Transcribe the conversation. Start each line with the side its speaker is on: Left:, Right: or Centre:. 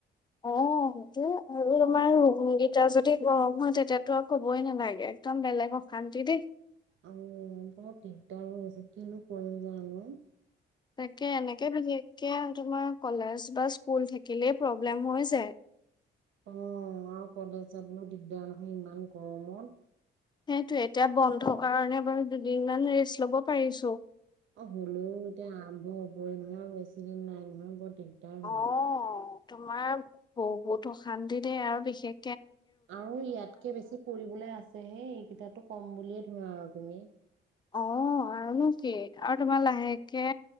Left: অ', আৰু তোমাৰ গীতা যদি গৰম হয় তেতিয়াতো আৰু ক'বই নালাগে একদম বেলেগ অশান্তি দেই।
Right: আৰু বৰ দিকদাৰো হৈ গৈছে কিনো কৰিবা জানো
Left: তাকে এনেকে বিশেষকে তোমাৰ কলেজ বা স্কুল থাকিলে প্ৰব্লেম হৈ যায়
Right: অ'। আৰু কলেজ যাবলৈও দিগদাৰ হয় ইমান গৰমত।
Left: সেইটোয়ে, এতিয়া বন্ধ কাৰণে বাৰু দুদিন মান ৰেষ্ট ল'ব পাৰিছোঁ।
Right: অ হলেও এতিয়া আৰম্ভ হবই ন এনেও বেছি দিন নাই নহয় বত দিকদাৰ
Left: অ
Right: হল।
Left: তোমাৰ বহুত অশান্তি দেই আৰু বিশেষ
Right: আৰু ইয়াতকে বেছি পৰিবলৈ আছ হে এইকেইটাটো কম বুলিয়ে ধৰা আৰু তুমি।
Left: অ', আৰুনো কি আৰু তোমাৰ লাহেকে